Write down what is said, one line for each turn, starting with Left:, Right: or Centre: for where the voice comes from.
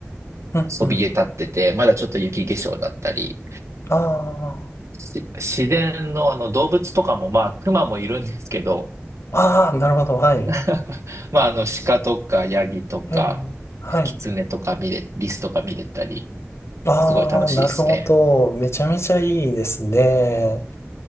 Left: うん、
Right: そびえ立ってて、
Left: うん。
Right: まだちょっと雪化粧だったり、
Left: あ
Right: し自然のあの動物とかも、まあ、熊もいるんですけど、
Left: あ、ああ、なるほど、はい。
Right: <laughs> まあ、あの、鹿とか、ヤギとか、
Left: ええ、はい。
Right: えキツネとか見れ、リスとか見れたり、
Left: ああ、
Right: すごい楽しいですね。
Left: なるほど。めちゃめちゃいいですね。
Right: うん、